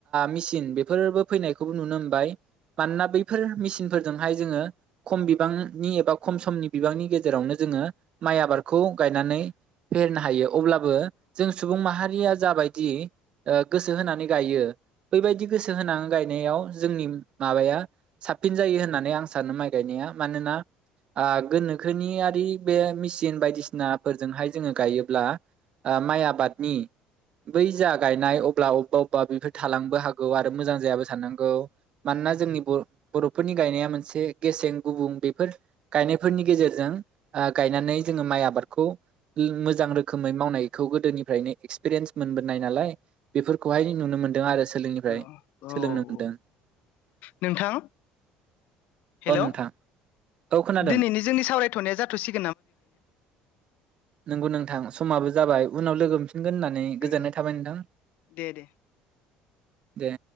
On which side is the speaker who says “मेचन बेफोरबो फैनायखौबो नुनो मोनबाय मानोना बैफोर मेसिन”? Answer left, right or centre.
Right